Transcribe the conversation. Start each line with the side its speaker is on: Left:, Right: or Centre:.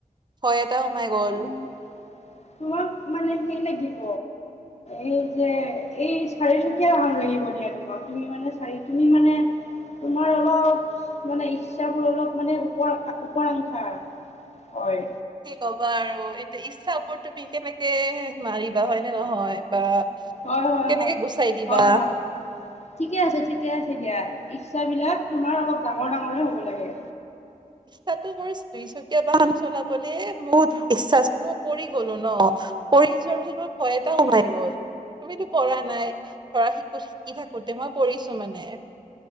Right: হয় এটা সোমাই গ'ল।
Left: অ', তোমাক মানে হেই লাগিব। এই যে এই চাৰিচকীয়া বাহন লাগিব দিয়া তোমাক তুমি মানে চাৰি তুমি মানে তোমাৰ অলপ মানে ইচ্ছাবোৰ অলপ মানে পৰ-ওপৰাংশা আৰ। হয়।
Right: কি ক'বা আৰু এতিয়া ইচ্ছাৰ ওপৰত তুমি কেনেকে মাৰিবা হয়নে নহয় বা?
Left: হয় হয়
Right: কেনেকে
Left: হয়।
Right: গুচাই দিবা
Left: হয় হয়। ঠিকে আছে ঠিকে আছে দিয়া। ইচ্ছাবলাক তোমাৰ অলপ ডাঙৰ ডাঙৰে হ'ব লাগে।
Right: তাতো মোৰ দুইচকীয়া বাহন চলাবলে বহুত ইচ্ছা আছিল ন পৰি গলো ন পৰি পৰি যোৱাৰ পিছত মোৰ ভয় এটা সোমাই গ'ল। তুমিতো পৰা নাই ধৰা শিকো শিকি থাকোতে মই পৰিছো মানে।